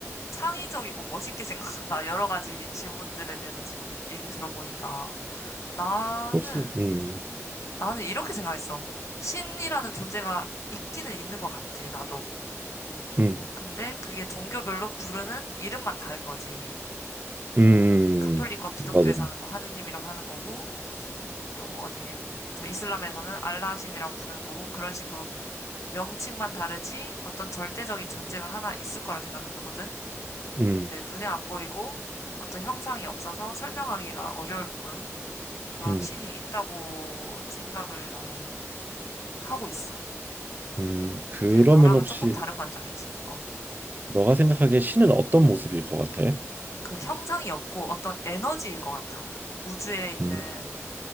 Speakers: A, on the left; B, on the right.
A: 창의적이고 멋있게 <laughs> 생각한다. 여러 가지 질문들에 대해서 지금 얘기 들어보니까. 나는,
B: 혹시 음,
A: 나는 이렇게 생각했어. 신이라는 존재가 있기는 있는 것 같아, 나도.
B: 음,
A: 근데 그게 종교별로 부르는 이름만 다른 거지.
B: 음,
A: 뭐, 카톨릭과 기독교에서는
B: 맞아.
A: 뭐 하느님이라고 하는 거고, 또 어디, 저 이슬람에서는 알라 신이라고 부르는 거고, 그런 식으로 명칭만 다르지 어떤 절대적인 존재가 하나 있을 거라 생각하거든.
B: 음,
A: 근데 눈에 안 보이고 어떤 형상이 없어서 설명하기가 어려울 뿐, 그런
B: 음,
A: 신이 있다고 생각을 나는 하고 있어.
B: 음. 그러면
A: 근데 너랑은
B: 혹시
A: 조금 다른 관점이지. 어.
B: 너가 생각하기에 신은 어떤 모습일 것 같아?
A: 그 형상이 없고 어떤 에너지일 것 같아. 우주에 있는
B: 음,